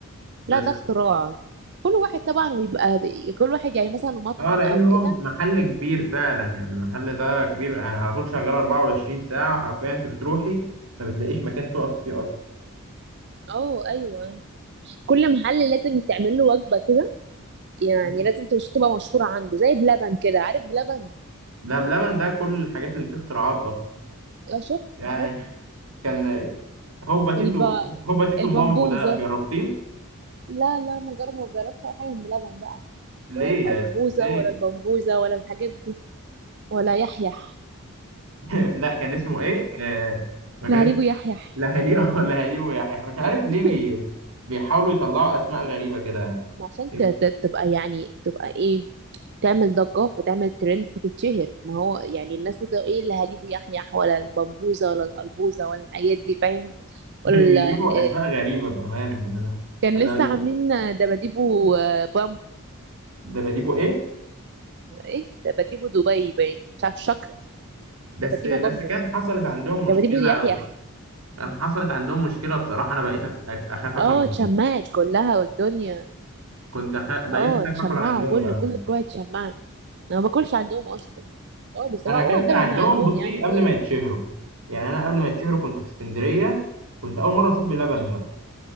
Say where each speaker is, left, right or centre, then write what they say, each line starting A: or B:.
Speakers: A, on the right; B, on the right.
A: بس
B: لا ده اختراع كل واحد طبعا ويبقى بي- كل واحد يعني مثلا مطعم
A: اه لان
B: او
A: هو
B: كده
A: محل كبير فعلا يعني المحل ده كبير يعني على طول شغال 24 ساعه حرفيا انت بتروحي ما بتلاقيش مكان تقف فيه اصلا
B: اه ايوه كل محل لازم تعمل له وجبة كده يعني
A: ف...
B: لازم تش- تبقى مشهورة عنده زي بلبن كده عارف بلبن
A: ده بلبن ده كل الحاجات اللي فيه اختراعات اصلا
B: اه شفت
A: يعني
B: اهو
A: كان هوبا تيتو
B: الب...
A: هوبا تيتو
B: البمبوزة
A: مامبو ده جربتيه
B: لا لا ما جرب ما جربش اي حاجه بلبن بقى
A: ليه
B: ولا الاربوزه
A: يا- ليه
B: ولا البمبوزه ولا الحاجات دي ولا يحيح
A: <laughs> لا كان اسمه ايه آه ما كانش
B: لا هريبو يحيح
A: لا هليه ولا هليه ويحيى مش عارف
B: <laughs>
A: ليه بي... بيحاولوا يطلعوا اسماء غريبة كده يعني.
B: ما عشان
A: <laughs>
B: ت- ت- تبقى يعني تبقى ايه تعمل ضجه فتعمل ترند فتتشهر ما هو يعني الناس تبقى ايه اللي هليبو يحيح ولا البمبوزه ولا الاربوزه ولا الحاجات دي فاهم
A: بيجيبوا
B: ولا ال- إيه.
A: اسماء غريبة بأمانة يعني انا
B: كان
A: انا
B: لسه
A: مش
B: عاملين دباديبو آه، بامبو
A: ده بجيبه ايه
B: ايه دباديبو دبي باين مش عارف شكرا
A: بس
B: دباديبو
A: بس
B: بامبو
A: كان حصلت عندهم
B: دباديبو
A: مشكلة
B: يحيح
A: كان حصلت عندهم مشكلة بصراحة انا بقيت أخ... اخاف اكل
B: اه
A: عندهم
B: اتشمعت كلها والدنيا
A: كنت أخ... بقيت
B: اه
A: اخاف
B: اتشمعوا
A: اكل عندهم
B: كل
A: بأمانة
B: كل فروع اتشمعت انا ما باكلش عندهم اصلا خالص
A: انا
B: هو اوعى
A: اكلت
B: تاكل
A: عندهم
B: من عندهم
A: بصي
B: يعني
A: قبل
B: في إيه؟
A: ما يتشهروا يعني انا قبل ما يتشهروا كنت في اسكندريه كنت اول مره اشوف بلبن
B: امم
A: ده